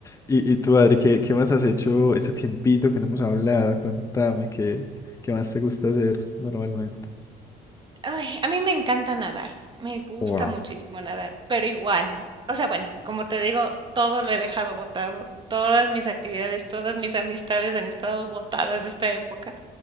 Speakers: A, on the left; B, on the right.
A: Y, y tú, Adri, ¿qué, qué más has hecho este tiempito que no hemos hablado? Contame, ¿qué, qué más te gusta hacer normalmente?
B: Ay, a mí me encanta nadar, me gusta
A: Wow.
B: muchísimo nadar, pero igual, o sea, bueno, como te digo, todo lo he dejado botado, todas mis actividades, todas mis amistades han estado botadas esta época.